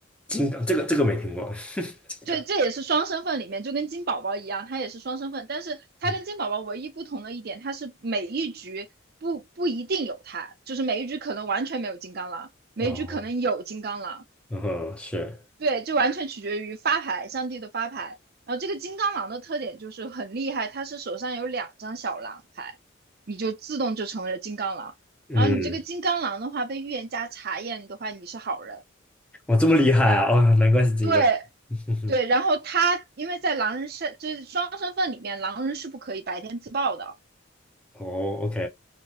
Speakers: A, in the centre; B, on the right.
A: 金刚这个这个没听过，<laughs> 金刚。
B: 对，这也是双身份里面就跟金宝宝一样，它也是双身份，但是它跟金宝宝唯一不同的一点，
A: 嗯
B: 它是每一局不不一定有它，就是每一局可能完全没有金刚狼，每一局可能有金刚狼。
A: 哦，嗯哼，是，
B: 对，就完全取决于发牌，上帝的发牌。然后这个金刚狼的特点就是很厉害，他是手上有两张小狼牌，你就自动就成为了金刚狼。
A: 嗯，
B: 然后你这个金刚狼的话，被预言家查验的话，你是好人。
A: 哇，这么厉害啊！哦，难怪是金刚。
B: 对
A: <laughs>
B: 对，然后他因为在狼人身，就是双身份里面，狼人是不可以白天自爆的。
A: 哦，OK，